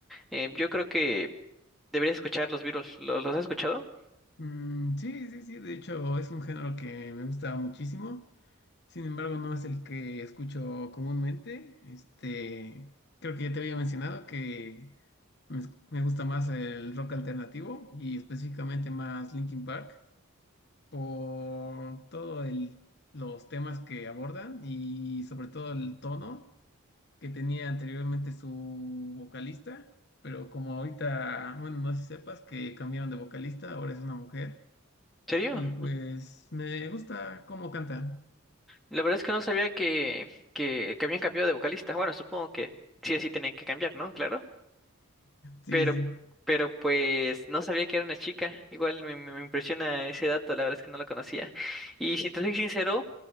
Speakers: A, in the centre; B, on the left (about 50°).
A: Eh, yo creo que deberías escuchar los Beatles. ¿Los, los has escuchado?
B: Mm, sí, sí, sí, de hecho es un género que me gusta muchísimo, sin embargo no es el que escucho comúnmente, este, creo que ya te había mencionado que me, es- me gusta más el rock alternativo y específicamente más Linkin Park por todo el, los temas que abordan y sobre todo el tono que tenía anteriormente su vocalista, pero como ahorita, bueno, no sé si sepas que cambiaron de vocalista, ahora es una mujer.
A: ¿En serio?
B: Y pues me gusta cómo canta.
A: La verdad es que no sabía que, que, que habían cambiado de vocalista. Bueno, supongo que sí o sí tenían que cambiar, ¿no? Claro.
B: Sí,
A: Pero,
B: sí. sí.
A: pero pues no sabía que era una chica. Igual me, me- me impresiona ese dato, la verdad es que no lo conocía. Y si te soy sincero,